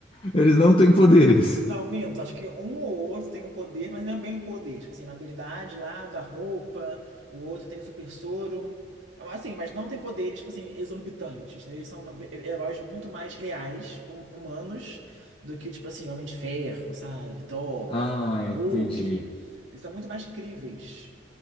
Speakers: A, on the left; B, on the right.
A: Eles não têm poderes.
B: Não, minto, acho que um ou outro tem um poder, mas não é bem um poder. Tipo assim, uma habilidade lá da roupa, o outro tem super soro. ah, Assim, mas não tem poderes, tipo assim, exorbitantes. né? Eles são uma- heróis muito mais reais, hum- humanos, do que, tipo assim, Homem de Ferro, sabe? Thor,
A: ah, entendi.
B: Hulk. Eles são muito mais críveis.